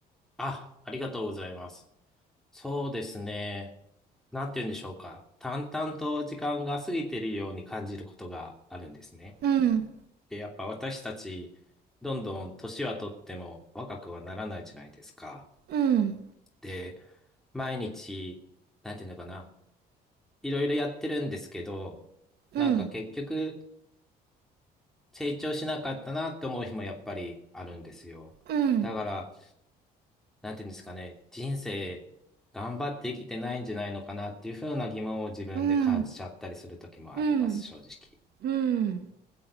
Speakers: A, in the centre; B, on the right.
A: あ、ありがとうございます。そうですね。なんて言うんでしょうか。淡々と時間が過ぎているように感じることがあるんですね。
B: うん、
A: で、やっぱ私たち、どんどん年はとっても若くはならないじゃないですか。
B: うん、
A: で、毎日、なんていうのかな、いろいろやってるんですけど、なんか結局、
B: うん、
A: 成長しなかったなって思う日もやっぱりあるんですよ。
B: うん、
A: だから、なんていうんですかね、人生、頑張って生きてないんじゃないのかなっていうふうな疑問を自分で感じちゃったりする時もあります、
B: うん、うん、
A: 正直。
B: うん。